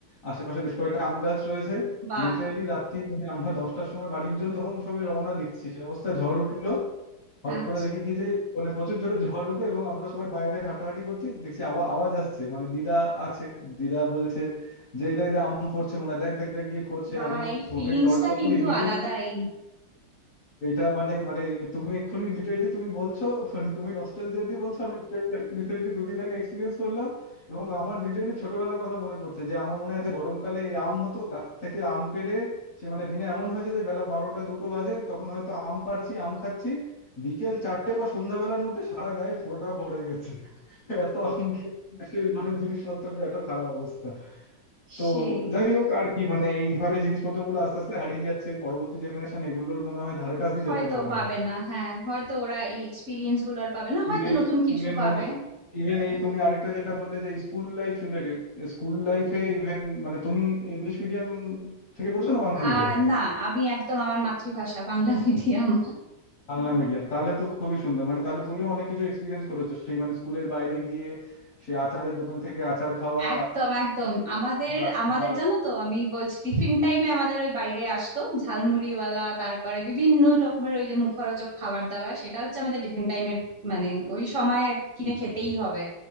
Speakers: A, on the left; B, on the right.
A: আশেপাশে বেশ কয়েকটা আম গাছ রয়েছে
B: বাহ
A: লিটারেলি রাত্রি মানে আমরা দশটার সময় বাড়ির জন্য তখন সবাই রওনা দিচ্ছি সে অবস্থা ঝড় উঠলো হট
B: আচ্ছা
A: করে দেখি কি যে মানে প্রচুর জোরে ঝড় উঠলো এবং আমরা সবাই বাইরে হাঁটাহাঁটি করছি দেখছি আওয়া- আওয়াজ আসছে মানে দিদা আছে দিদা বলছে যে এটা এটা আম পড়ছে মনে হয় দেখ দেখ দেখ গিয়ে খোঁজ সে
B: বাহ
A: আমরা
B: এই
A: ফোনে
B: ফিলিংসটা
A: টর্চ জ্বালিয়ে
B: কিন্তু
A: গিয়ে
B: আলাদাই
A: গিয়ে এটা মানে মানে তুমি এক্ষুনি লিটারেলি তুমি বলছো মানে তুমি নস্টালজিয়া দিয়ে বলছো আমি লিটারেলি রিসেন্টলি দুদিন আগে এক্সপিরিয়েন্স করলাম এবং আমার লিটারেলি ছোটবেলার কথা মনে পড়ছে যে আমার মনে আছে গরমকালে এই আম হতো গাছ থেকে আম পেড়ে সে মানে দিনে এমন হয়েছে যে বেলা বারোটা দুটো বাজে তখন হয়তো আম পাড়ছি আম খাচ্ছি বিকেল চারটে বা সন্ধ্যাবেলার মধ্যে সারা গায়ে ফোঁটা পড়ে গেছে এত আম খেয়ে সেই মানে জিনিসপত্র এত খারাপ অবস্থা তো
B: সেই
A: যাই হোক আর কি মানে এইভাবে জিনিসপত্রগুলো আস্তে আস্তে হারিয়ে যাচ্ছে পরবর্তী জেনারেশন এগুলোর মনে হয় ধারে কাছে
B: হয়তো
A: যেতে পারবে
B: পাবে
A: না
B: না হ্যাঁ হয়তো ওরা এই এক্সপিরিয়েন্স গুলো আর পাবে না হয়তো
A: ইভেন
B: নতুন কিছু
A: ইভেন
B: পাবে
A: মানে ইভেন এই তুমি আরেকটা যেটা বললে যে স্কুল লাইফ রিলেটেড স্কুল লাইফে ইভেন মানে তুমি ইংলিশ মিডিয়াম থেকে পড়ছো না বাংলা
B: আহ
A: মিডিয়াম
B: না আমি একদম আমার মাতৃভাষা বাংলা মিডিয়াম
A: বাংলা মিডিয়াম তাহলে তো খুবই সুন্দর মানে তাহলে তুমিও অনেক কিছু এক্সপিরিয়েন্স করেছো সেই মানে স্কুলের বাইরে গিয়ে সে আচারের দোকান থেকে আচার খাওয়া
B: একদম একদম আমাদের
A: বা
B: আমাদের জানো তো আমি বলছি টিফিন টাইমে আমাদের ওই বাইরে আসতো ঝালমুড়িওয়ালা তারপরে বিভিন্ন রকমের ওই যে মুখরোচক খাবার দাবার সেটা হচ্ছে আমাদের টিফিন টাইমের মানে ওই সময় কিনে খেতেই হবে